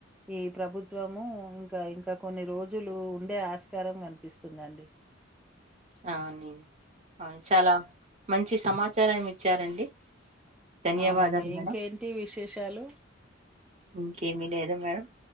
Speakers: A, in the centre; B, on the right.
A: ఈ ప్రభుత్వము ఇంకా ఇంకా కొన్ని రోజులు ఉండే ఆస్కారం కనిపిస్తుందండి.
B: అవునీ, అవును చాలా మంచి సమాచారం ఇచ్చారండి. ధన్యవాదాలు
A: అవునండి
B: మేడం
A: ఇంకేంటి విశేషాలు
B: ఇంకేమీ లేదు మేడం